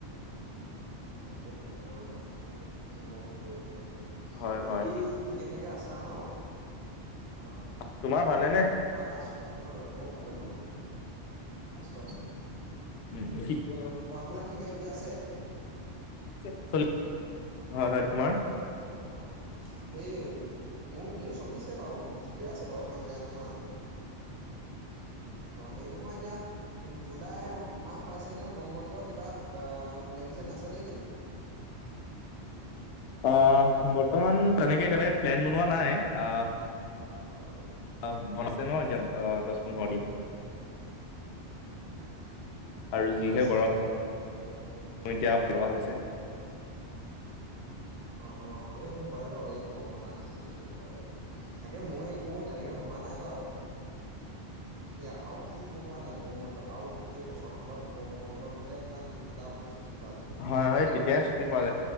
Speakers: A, on the right; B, on the left.
A: অ তাকেহে মই আপোনোকো চি মচন বৰ্ড
B: হয়
A: বাকী
B: হয়
A: ঠিকে ঠাকে আছা ন জ অ অ
B: তোমাৰ ভালেনে
A: মই আছো মই ভালে পাওঁ ভালে ভাল আছো আছো ম
B: উম ৰিচিপ কৰ ক।
A: আপোনাৰ ঠিকে চলি আছে। চলি আছে
B: আছে চলি হয় হয় তোমাৰ
A: অ অ সেই মোৰ মোৰ চলিছে বাৰু ঠিকে আছে বাৰু ইমান বেয়া নহয় অ হেই নহয় এতিয়া জুলাই মাহ পাইছেহি নহয় গৰম বন্ধ কিবা প্লেন চেন আছেনে কিনো <unintelligible>
B: অ বৰ্তমান তেনেকে এতিয়ালেকে প্লেন বনোৱা নাই আ
A: বনাব লাগিব আৰু
B: অ বনাইছে ন এতিয়া দহ পোন্ধৰ দিন আৰু যিহে
A: আছে
B: গৰম
A: অ
B: এতিয়া লগা হৈছে
A: অ অ এইটো হয় বাও এই গৰমৰ কাৰনে প্ৰব্লেমটো হয় বাৰু তাকে মই একো তেনেকে ভবা নাই বাৰু অ সেয়া আৰু কি গম পোৱা নাই গম বন্ধ আৰু গোটেই বছৰটোৰ মাজত গম বন্ধটোহে তোমাৰ দিনকেইটা অকমান ছুটি পোৱা যায়
B: হয় হয় তেতিয়াই ছুটি পোৱা
A: অ